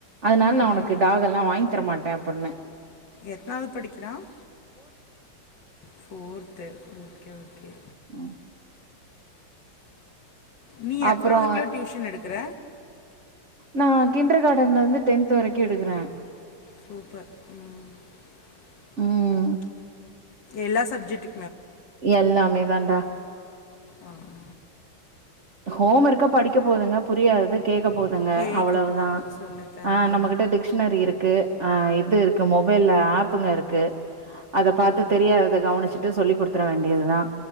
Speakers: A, on the right; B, on the left.
A: அதனால
B: ம்
A: நான் உனக்கு
B: ம்
A: டாகெலாம் வாங்கி தர மாட்டேன் அப்பனே
B: எத்தனாவது படிக்கிறான் ஃபோர்த்து ஓகே ஓகே
A: ஆஹ்
B: நீ
A: அப்றோ
B: எத்தனாவதுக்குள்ள டியூஷன் எடுக்கற
A: நான் கிண்டர் கார்டன்ல இருந்து டென்த் வரைக்கும் எடுக்கறேன்
B: சூப்பர் உம் <inaudible>
A: உம்
B: எல்லா சப்ஜெக்டு
A: எல்லாமே தான்டா
B: ஆ ஆ
A: ஹோம் ஒர்க்க படிக்க போதுங்க புரியாதத கேக்க போதுங்க
B: கேட்க
A: அவ்வளவுதா
B: போகிறது சொல்லித்தரது
A: ஆ நம்மகிட்ட டிக்ஷ்னரி இருக்கு ஆ இதுர்க்கு மொபைல்ல ஆப்ங்க இருக்கு அத பாத்து
B: ம்
A: தெரியாதத கவனிச்ட்டு சொல்லி குடுத் த்ர வேண்டியதுதா